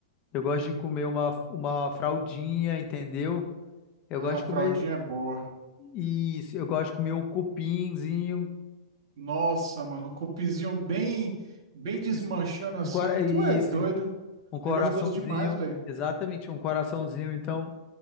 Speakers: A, on the left; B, on the right.
A: Eu gosto de comer uma uma fraldinha, entendeu? Eu
B: a
A: gosto de
B: fraldinha
A: comer
B: é boa.
A: isso. Eu gosto de comer um cupinzinho.
B: Nossa, mano, o cupizinho bem, bem desmanchando
A: Isso, um,
B: assim.
A: um cora-
B: Tu
A: isso
B: é doido.
A: Um coraçãozinho,
B: É gostoso demais, velho.
A: exatamente, um coraçãozinho. Então,